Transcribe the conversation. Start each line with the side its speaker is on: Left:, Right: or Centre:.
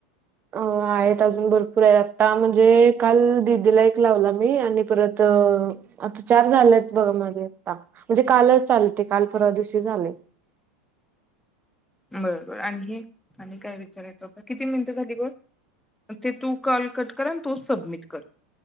Right: अ आहेत अजून भरपूर आहे. आता म्हणजे काल दिदीला एक लावला, मी आणि परत आता चार झालेत बघा माझे. आता म्हणजे कालच चाले ते काल परवा दिवशी झाले.
Centre: बरं-बरं आणि हे आणि काय विचारायचं होत, किती मिनिटं झाली बगं, अन ते तू कॉल कट कर आणि तूच सबमिट कर.